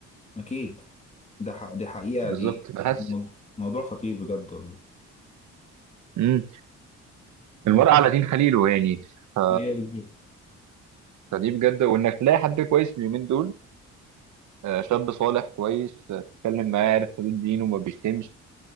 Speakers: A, on the left (about 20°); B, on the right (about 70°).
A: أكيد ده ح... دي حقيقة
B: بالظبط
A: دي
B: بس
A: موضوع موضوع خطير بجد والله
B: امم المرء على دين خليله يعني ف...
A: أيوة
B: فدي بجد وإنك تلاقي حد كويس اليومين دول آه، شاب صالح كويس آه، تتكلم معاه عارف حدود دينه وما بيشتمش